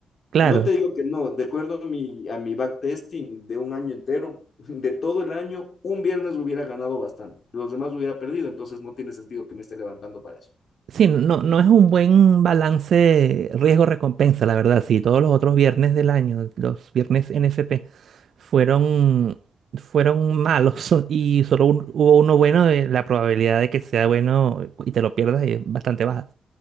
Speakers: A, on the right; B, on the left.
A: Claro,
B: No te digo que no, de acuerdo a mi, a mi backtesting de un año entero, <laughs> de todo el año, un viernes hubiera ganado bastante, los demás hubiera perdido, entonces no tiene sentido que me esté levantando para eso.
A: sí, no, no es un buen balance riesgo-recompensa, la verdad. Si todos los otros viernes del año, los viernes NFP, fueron, fueron malos <laughs> y solo un- hubo uno bueno, eh, la probabilidad de que sea bueno y te lo pierdas es bastante baja,